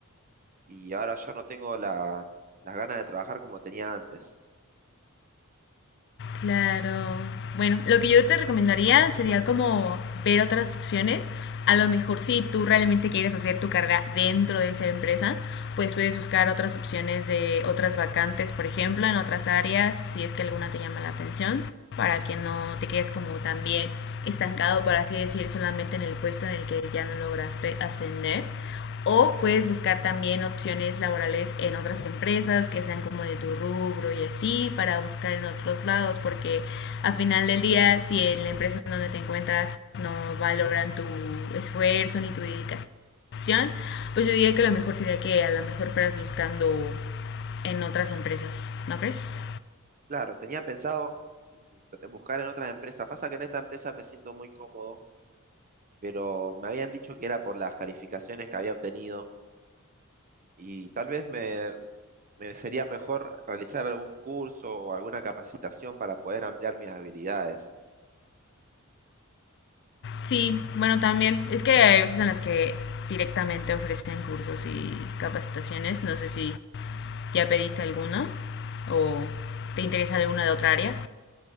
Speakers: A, on the right; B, on the left.
A: y ahora ya no tengo la- las ganas de trabajar como tenía antes.
B: Claro. Bueno, lo que yo te recomendaría sería como ver otras opciones. A lo mejor si tú realmente quieres hacer tu carrera dentro de esa empresa, pues puedes buscar otras opciones de otras vacantes, por ejemplo, en otras áreas, si es que alguna te llama la atención, para que no te quedes como también estancado, por así decir, solamente en el puesto en el que ya no lograste ascender. O puedes buscar también opciones laborales en otras empresas que sean como de tu rubro y así para buscar en otros lados porque a final del día si en la empresa donde te encuentras no valoran tu esfuerzo ni tu dedicación, pues yo diría que lo mejor sería que a lo mejor fueras buscando en otras empresas, ¿no crees?
A: Claro, tenía pensado mm, buscar en otras empresas. Pasa que en esta empresa me siento muy cómodo, pero me habían dicho que era por las calificaciones que había obtenido y tal vez me, me sería mejor realizar algún curso o alguna capacitación para poder ampliar mis habilidades.
B: Sí, bueno también es que hay veces en las que directamente ofrecen cursos y capacitaciones, no sé si ¿Ya pediste alguna? ¿O te interesa alguna de otra área?